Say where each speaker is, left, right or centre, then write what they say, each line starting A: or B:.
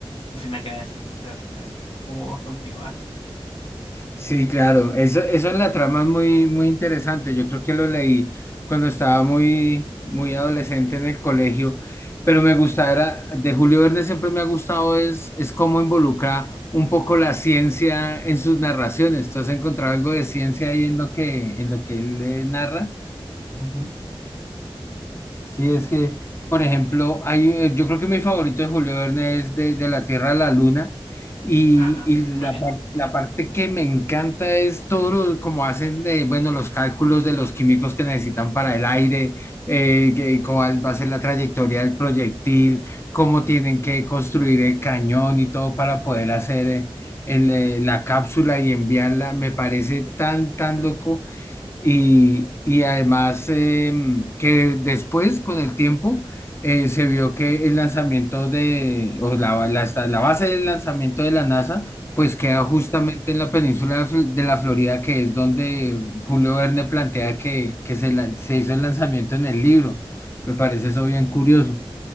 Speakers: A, on the left; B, on the left.
A: pues sí me quedé así con cara de que, a ver, que cómo va a continuar.
B: sí, claro. Eso, eso en la trama es muy, muy interesante. Yo creo que lo leí cuando estaba muy, muy adolescente en el colegio, pero me gustaba, era- de Julio Verne siempre me ha gustado es, es cómo involucra un poco la ciencia en sus narraciones. ¿Tú has encontrado algo de ciencia ahí en lo que, en lo que él eh, narra?
A: Ujú.
B: Sí, es que, por ejemplo, hay, eh, yo creo que mi favorito de Julio Verne es de, de La Tierra a la Luna y,
A: Ah,
B: y
A: muy
B: la,
A: bueno.
B: par- la parte que me encanta es todo lo, como hacen de, bueno, los cálculos de los químicos que necesitan para el aire, eh, que- cuál va a ser la trayectoria del proyectil, cómo tienen que construir el cañón y todo para poder hacer eh, el, eh, la cápsula y enviarla. Me parece tan, tan loco y, y además em, que después, con el tiempo, eh, se vio que el lanzamiento de, o la, la, esta- la base del lanzamiento de la NASA, pues queda justamente en la península de Fl- de la Florida, que es donde Julio Verne plantea que, que se, la- se hizo el lanzamiento en el libro. Me parece eso bien curioso.